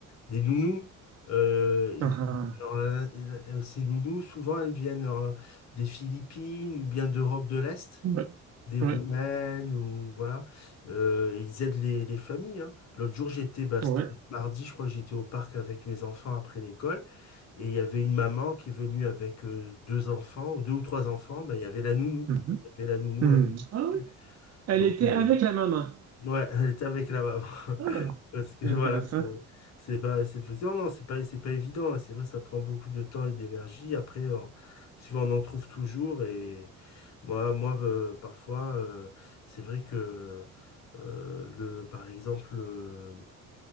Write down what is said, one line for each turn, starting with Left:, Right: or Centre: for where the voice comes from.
Left: des nounous. Euh,
Right: Ah,
Left: et- et alors, la- la- ces nounous, souvent, elles viennent euh, des Philippines ou bien d'Europe de l'Est
Right: Ouais.
Left: des Roumaines
Right: Ouais.
Left: ou voilà. Euh, et ils aident les, les familles. hein. L'autre jour, j'étais, bah, c'était
Right: Ouais.
Left: mardi, je crois, j'étais au parc avec mes enfants après l'école. Et il y avait une maman qui est venue avec euh, deux enfants, ou deux ou trois enfants, bah, il y avait la nounou.
Right: mhm.
Left: Il y avait la nounou
Right: Mhm.
Left: avec.
Right: Ah
Left: elle.
Right: oui. Elle
Left: Donc,
Right: était
Left: euh,
Right: avec la maman.
Left: Ouais, <laughs> elle était avec la maman. <laughs>
Right: Ah,
Left: Parce que
Right: intéressant.
Left: voilà, pour- c'est pas, c'est effectivement, non, c'est pas, c'est pas évident. C'est vrai, ça prend beaucoup de temps et d'énergie. Après, on- souvent, on en trouve toujours. Et moi, moi, euh, parfois, euh, c'est vrai que, euh, le, par exemple, euh,